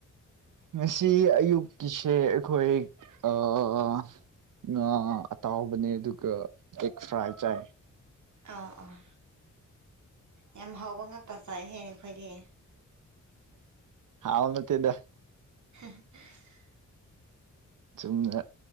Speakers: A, on the right; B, on the right.
A: ꯉꯁꯤ ꯑꯌꯨꯛꯀꯤꯁꯦ ꯑꯩꯈꯣꯏ ꯑꯥ ꯉꯥ ꯑꯇꯥꯎꯕꯅꯦ ꯑꯗꯨꯒ ꯑꯦꯛ ꯐ꯭ꯔꯥꯏ ꯆꯥꯏꯌꯦ
B: ꯑꯣ ꯑꯣ ꯌꯥꯝ ꯍꯥꯎꯕ ꯉꯥꯛꯇ ꯆꯥꯏꯍꯦ ꯑꯩꯈꯣꯏꯗꯤ
A: ꯍꯥꯎ ꯅꯠꯇꯦꯗ
B: <unintelligible>
A: ꯆꯨꯝꯅ